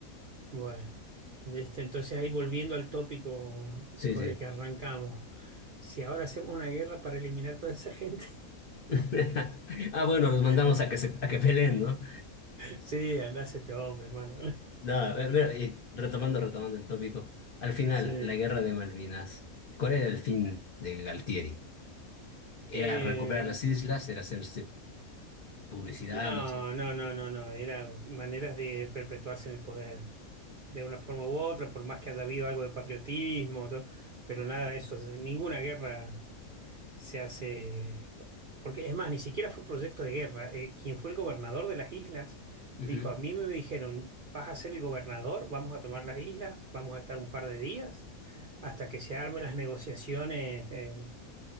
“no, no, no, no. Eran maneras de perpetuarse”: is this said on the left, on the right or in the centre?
Right